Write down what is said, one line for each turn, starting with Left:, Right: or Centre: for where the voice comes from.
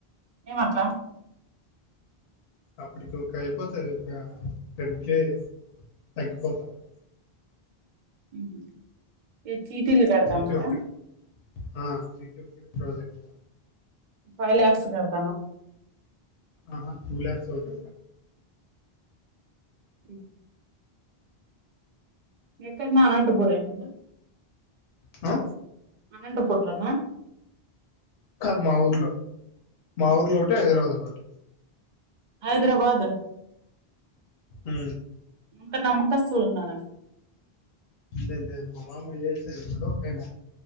Right: ఏమట్లా
Left: అప్పటికి ఒక అయిపోతది ఇక టెన్ కె తగ్గిపోతాది <inaudible>
Right: హ్మ్ హు ఏ చీట్టిలు కడతన్నారా
Left: చీటీ ఒక్కటే ఆ చిట్టి ఒక్కటె క్లోజ్ ఐంది
Right: ఫై లక్స్ కడతా
Left: ఆహ టూ లక్స్ అవుతే
Right: హ్మ్ ఎక్కడన్నా అనంతపురేనా
Left: హ
Right: అనంతపూర్ లోన
Left: కాదు మా ఊర్లో మా
Right: మ్మ్.
Left: ఊర్లో ఒకటి హైదరాబాద్ లో ఒకటి
Right: హైదరాబాద్
Left: ఉ
Right: అంతా నమ్మకస్తులు ఉన్నారా
Left: లేదు లేదు మా మామ ఏ సైడ్ ఉన్నాడో అక్కడనే